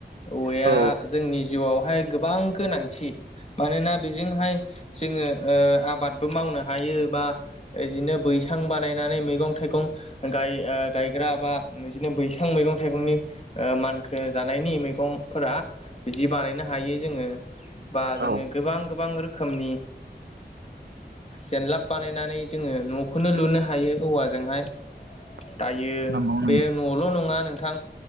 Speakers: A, on the left; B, on the right.
A: औवाया
B: औ
A: जोंनि जिउआवहाय गोबां गोनांथि मानोना बेजोंहाय जोङो आबादबो मावनो हायो बा बिदिनो बैसां बानायनानै मै गं थाइगं गाय ओ गायग्रा बा इदिनो बैसां मैगं-थाइगंनि ओ मानखो जा नायनि मैगंफोरा बिदि बानायनो हायो जोङो बा
B: औ
A: जोङो गोबां गोबां रो खोमनि जेनलाब बानायनानै जोङो न'खौनो लुनो हायो औवा जोंहाय
B: <inaudible>
A: दायो
B: नंगौ नंगौ
A: बे नल' नङा नोंथां